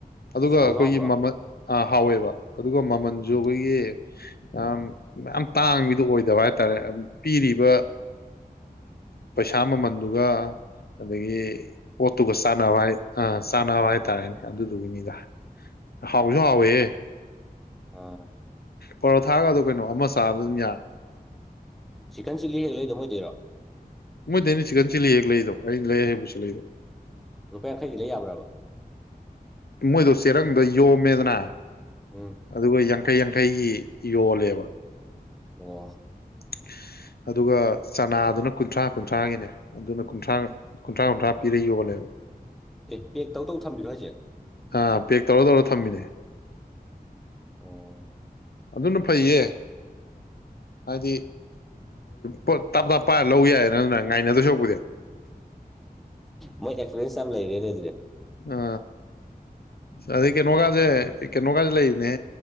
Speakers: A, on the left; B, in the centre.
A: ꯑꯗꯨꯒ
B: ꯍꯥꯎꯁꯨ
A: ꯑꯩꯈꯣꯏꯒꯤ
B: ꯍꯥꯎꯕ꯭ꯔꯣ
A: ꯃꯃꯜ ꯍꯥꯎꯋꯦꯕ ꯑꯗꯨꯒ ꯃꯃꯜꯁꯨ
B: ꯎꯝ
A: ꯑꯩꯈꯣꯏꯒꯤ ꯑ ꯌꯥꯝ ꯇꯥꯡꯕꯤꯗꯨ ꯑꯣꯏ ꯄꯗꯕ ꯍꯥꯏꯇꯥꯔꯦ ꯄꯤꯔꯤꯕ ꯄꯩꯁꯥ ꯃꯃꯜꯗꯨꯒ ꯑꯗꯒꯤ ꯄꯣꯠꯇꯨꯒ ꯆꯥꯟꯅꯕ ꯍꯥꯏ ꯑ ꯆꯥꯅꯕ ꯍꯥꯏꯇꯥꯔꯦꯅꯦ ꯑꯗꯨꯗꯨꯒꯤꯅꯤꯗ ꯍꯥꯎꯁꯨ ꯍꯥꯎꯋꯦ
B: ꯑꯥ
A: ꯄꯔꯣꯊꯥꯒ ꯑꯗꯨ ꯀꯩꯅꯣ ꯑꯃ ꯆꯥꯕꯗ ꯑꯗꯨꯝ ꯌꯥꯔꯦ
B: ꯆꯤꯛꯀꯟ ꯆꯤꯂꯤ ꯍꯦꯛ ꯂꯩꯗꯕ ꯑꯣꯏꯗꯣꯏꯔꯣ
A: ꯃꯣꯏ ꯗꯅꯤ ꯆꯤꯛꯀꯟ ꯆꯤꯂꯤ ꯍꯦꯛ ꯂꯩꯗꯣ ꯑꯩꯅ ꯂꯩ ꯍꯩꯕꯨꯁꯨ ꯂꯩꯗꯣ
B: ꯔꯨꯄꯥꯔ ꯈꯥꯏꯒ ꯂꯩ ꯌꯥꯕꯔꯕꯔ
A: ꯃꯣꯏꯗꯣ ꯆꯦꯔꯪꯗꯣ ꯌꯣꯝꯃꯦꯗꯅ
B: ꯎꯝ
A: ꯑꯗꯨꯒ ꯌꯥꯡꯈꯩ ꯌꯥꯡꯈꯩꯒꯤ ꯌꯣꯜꯂꯦꯕ
B: ꯑꯣ
A: <unintelligible> <inaudible> ꯑꯗꯨꯒ ꯆꯅꯥꯗꯨꯅ ꯀꯨꯟꯊ꯭ꯔꯥ ꯀꯨꯟꯊ꯭ꯔꯥꯒꯤꯅꯦ ꯑꯗꯨꯅ ꯀꯨꯟꯊ꯭ꯔꯥ ꯀꯨꯟꯊ꯭ꯔꯥ ꯀꯨꯟꯊ꯭ꯔꯥ ꯄꯤꯔꯒ ꯌꯣꯜꯂꯦꯕ <unintelligible> <inaudible>
B: ꯑꯦ ꯄꯦꯛ ꯇꯧꯗꯧ ꯊꯝꯕꯤꯔꯣ ꯑꯩꯁꯦ
A: ꯑ ꯄꯦꯛ ꯇꯧꯔ ꯇꯧꯔ ꯊꯝꯃꯤꯅꯦ
B: ꯑꯣ
A: ꯑꯗꯨꯅ ꯐꯩꯌꯦ ꯍꯥꯏꯗꯤ ꯄꯣꯠ ꯇꯥꯞ ꯇꯥꯞ ꯄꯥꯏꯔ ꯂꯧ ꯌꯥꯏ ꯅ ꯑꯗꯨꯅ ꯉꯥꯏꯅꯗꯣꯏ ꯁꯄꯨꯗꯤ
B: ꯃꯣꯏ ꯑꯦꯛꯁꯄꯤꯔꯤꯦꯟꯁ ꯌꯥꯝ ꯂꯩꯔꯦꯅꯦ ꯑꯗꯨꯗꯤ
A: ꯑ ꯑꯗꯨꯗꯒꯤ
B: ꯐꯩꯅꯦ
A: ꯀꯩꯅꯣꯉꯖꯦ ꯀꯩꯅꯣ ꯀꯥꯏꯗ ꯂꯩꯔꯤꯅꯦ